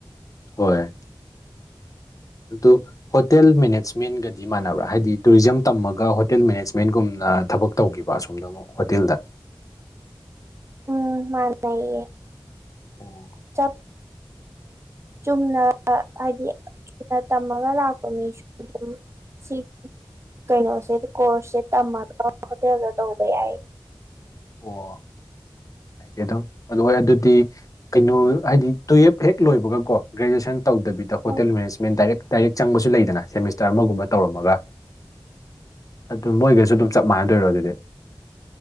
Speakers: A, on the left; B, on the right.
A: ꯍꯣꯏ ꯑꯗꯨ ꯍꯣꯇꯦꯜ ꯃꯦꯅꯦꯖꯃꯦꯟꯒꯗꯤ ꯃꯥꯟꯅꯕ꯭ꯔꯥ ꯍꯥꯏꯗꯤ ꯇꯨꯔꯤꯖꯝ ꯇꯝꯃꯒ ꯍꯣꯇꯦꯜ ꯃꯦꯅꯦꯖꯃꯦꯟꯒꯨꯝ ꯅ ꯊꯕꯛ ꯇꯧꯈꯤꯕ ꯑꯁꯣꯝꯅ ꯑꯃꯨꯛ ꯍꯣꯇꯦꯜꯗ
B: ꯎꯝ ꯃꯥꯅꯌꯦ
A: ꯑꯣ
B: ꯆ ꯆꯨꯝꯅ ꯍꯥꯏꯗꯤ ꯆꯨꯝꯅ ꯇꯝꯃꯒ ꯂꯥꯛꯄ ꯃꯤꯁꯨ ꯑꯗꯨꯝ ꯁꯤ ꯀꯩꯅꯣꯁꯦ ꯀꯣꯔꯁꯁꯦ ꯇꯝꯃꯒ ꯍꯣꯇꯦꯜꯗ ꯇꯧꯕ ꯌꯥꯏ
A: ꯑꯣ ꯑꯗꯨ ꯑꯗꯨꯗꯤ ꯀꯩꯅꯣ ꯍꯥꯏꯗꯤ ꯇꯨꯋꯜꯞ ꯍꯦꯛ ꯂꯣꯏꯕꯒꯀꯣ ꯒ꯭ꯔꯦꯖꯨꯑꯦꯁꯟ ꯇꯧꯗꯕꯤꯗ ꯍꯣꯇꯦꯜ
B: ꯑꯣ
A: ꯃꯦꯅꯦꯖꯃꯦꯟ ꯗꯥꯏꯔꯦꯛ ꯗꯥꯏꯔꯦꯛ ꯆꯪꯕꯁꯨ ꯂꯩꯗꯅ ꯁꯦꯃꯤꯁꯇꯔ ꯑꯃꯒꯨꯝꯕ ꯇꯧꯔꯝꯃꯒ ꯑꯗꯨ ꯃꯣꯏꯒꯩꯁꯨ ꯑꯗꯨꯝ ꯆꯞ ꯃꯥꯟꯅꯗꯣꯏꯔꯣ ꯑꯗꯨꯗꯤ